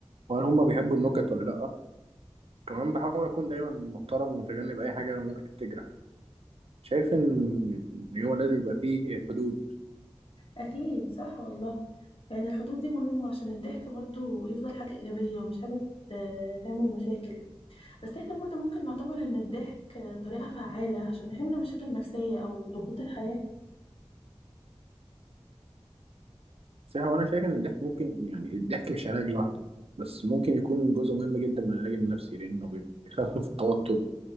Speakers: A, on the right; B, on the left.
A: وهل هم بيحبوا النكت ولا لا كمان بحاول اكون دايما محترم ومتجنب اي حاجه ممكن تجرح شايف ان إن هو لازم يبقى فيه حدود
B: أكيد صح والله لأن الحدود دي مهمة عشان الضحك برضو يفضل حاجة إيجابية ومش حاجة ت- تعمل مشاكل بس احنا برضه ممكن نعتبر ان الضحك طريقة فعالة عشان نحل مشاكل نفسية او ضغوطات الحياة
A: صح هو انا شايف ان الضحك ممكن يعني الضحك مش علاج لوحده بس ممكن يكون جزء مهم جدا من العلاج النفسي لانه بيخفف التوتر